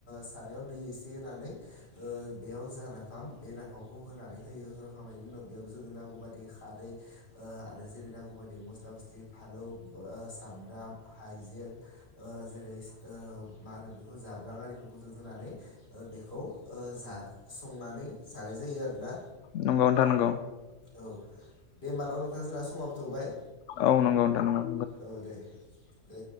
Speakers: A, on the left (about 55°); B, on the left (about 80°).
A: सारायाव दै एसे होनानै ओ बेयाव जा नाफाम बे नाफामखौ होनानै होयो होनखांनायनि उनाव बेयाव जोङो नांगौ बादि खारै ओ आरो जेरै नांगौबानि मस्ला-मस्लि फालौ, ओ सामब्राम, हाइजें ओ जेरै ओ मा होनो बेखौ जाब्रां आरिफोरखौ जों होनानै ओ बेखौ ओ जा संनानै जानाय जायो आरोना
B: नंगौ नोंथां नांगौ
A: औ दे होमबा न' नोंथा जोंना समाबो थौबाय
B: औ नंगौ नों द नगौ
A: औ दे दे